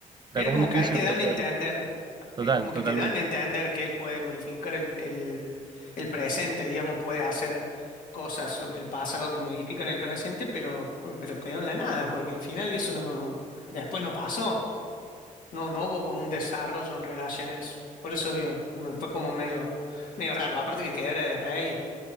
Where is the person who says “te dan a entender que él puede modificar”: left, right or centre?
Left